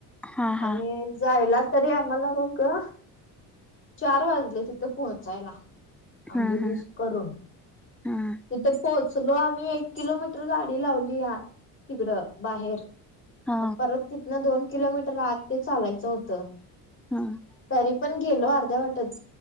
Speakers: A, in the centre; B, on the left.
A: हा
B: आणि
A: हा
B: जायला तरी आम्हाला बघ चार वाजले तिथ पोहोचायला. आंबोलीस
A: हम्म हम्म
B: करून
A: हम्म
B: तिथे पोहोचलो आम्ही एक किलोमीटर गाडी लावली या तिकडं बाहेर
A: हा
B: मग परत तिथनं दोन किलोमीटर आत ते चालायचं होतं.
A: हम्म
B: तरी पण गेलो अर्ध्या वाटत